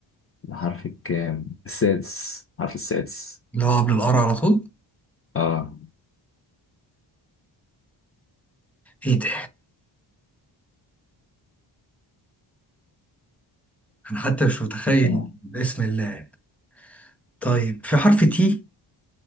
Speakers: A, on the left; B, in the centre.
A: الحرف الكام السادس الحرف السادس
B: اللي هو قبل الار على طول
A: اه
B: ايه ده انا حتى مش متخيل
A: تمام.
B: باسم الله طيب في حرف تي